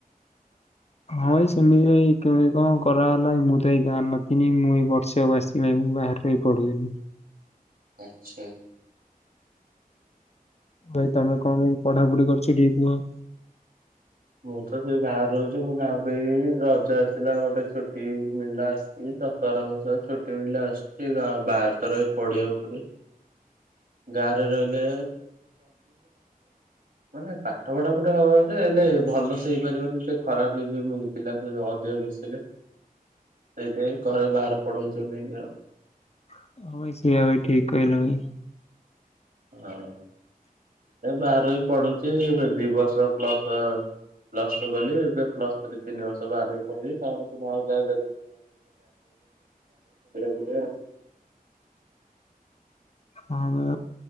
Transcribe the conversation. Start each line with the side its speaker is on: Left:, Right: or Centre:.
Left: ହଁ ଭାଇ ସେମିତି କେମିତି କଣ କରାହେଲା ମୁଁ ତ ଏଇ ଗାଁ ରେ ନଥିନି, ମୁଁ ତ ଏଇ ବର୍ଷେ ହବ ଆସିଲି। ନାଇଁ, ମୁଁ ବାହାରେ ରହିକି ପଢୁଥିଲି।
Right: ଆଚ୍ଛା।
Left: ଭାଇ ତମେ କଣ ପାଇଁ ପଢାପଢି କରଛ କି କୁହ?
Right: ମୁଁ ତ ସେଇ ବାହାରେ ରହୁଛି ମୁଁ ଗାଁକୁ ଏଇ ରଜ ଆସିଲା ଗୋଟେ ଛୁଟି ମିଳିଲା ଆସିଲି। ଏଇ ଦଶହରା ଫସହରା ଛୁଟି ମିଳିଲେ ଆସୁଛି ବାହା ବାହାରେ ତ ରହିକି ପଢିବାକୁ ପଡିବ। ଗାଁରେ ରହିଲେ ମାନେ ପାଠ ପଢାପଢ଼ି ହଁ ଯେ, ନାଇଁ ଭଲ ସେ ହେଇପାରିବନି ସେ ଖରାପ ହେଇଯିବ ସେ ପିଲାଙ୍କ ସହ ଅଧିକ ମିିଶିଲେ। ସେଇଥିାଇଁ ଘରେ ବାହାର ପଢଉଛନ୍ତିୁ ଆଉ।
Left: <unintelligible> ସେୟା ଭାଇ ଠିକ୍ କହିଲ ଭାଇ।
Right: <unintelligible> ବାହାର ବି ପଢୁଛି ଦି ବର୍ଷ ପ୍ଲସ ପ୍ଲସ୍ ଟୁ ଗଲି ଏବେ ପ୍ଲସ ଥ୍ରି ତିନିର୍ଷ ବାହାରି ରହି ପଡିବି ତାପ ଆଉ ଯାହା। <inaudible>
Left: ହଁ <unintelligible>